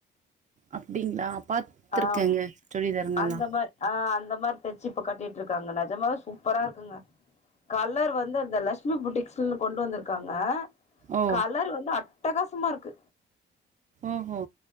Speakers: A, on the right; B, on the left.
A: அப்டிங்ளா பாத்ருக்கேங்க
B: ஆம்
A: சுடிதார்ங்கள்லா
B: அந்த மாரி ஆ அந்த மாரி தச்சு இப்ப கட்டிட்ருக்காங்க நெஜமாவே சூப்பரா இருங்க கலர் வந்து அந்த லஷ்மி பொட்டிக்ஸ்னு கொண்டு வந்துருக்காங்க
A: ஓ
B: கலர் வந்து அட்டகாசமா இருக்கு
A: ஓஹோ